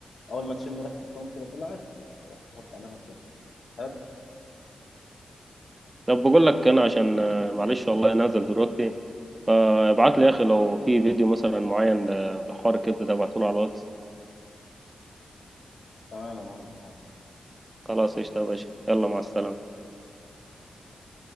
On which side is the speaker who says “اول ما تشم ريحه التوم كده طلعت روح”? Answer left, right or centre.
Left